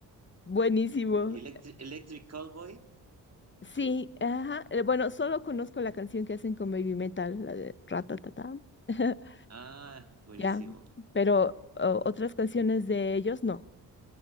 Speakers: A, on the left (about 25°); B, on the right (about 35°).
A: Buenísimo.
B: Electric, Electric Cowboy.
A: Sí, ajá. eh, Bueno, solo conozco la canción que hacen con Baby Metal, la de Ratatata. <laughs>
B: Ah, buenísimo.
A: Ya, pero o- otras canciones de ellos no.